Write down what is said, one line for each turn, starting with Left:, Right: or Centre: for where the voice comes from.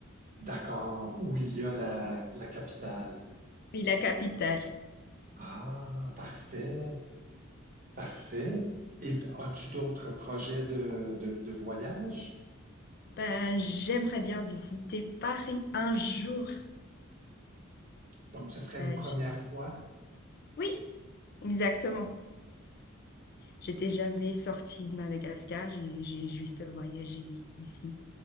Right: d'accord, où il y a la, la capitale.
Left: Oui, la capitale.
Right: Ah, parfait. Parfait. Et as-tu d'autres projets de, de, de voyage?
Left: Ben, j'aimerais bien visiter Paris un jour.
Right: Donc, ce serait
Left: Euh,
Right: une première
Left: j-
Right: fois?
Left: oui, exactement. J'étais jamais sortie de Madagascar, j'ai, j'ai juste voyagé ici,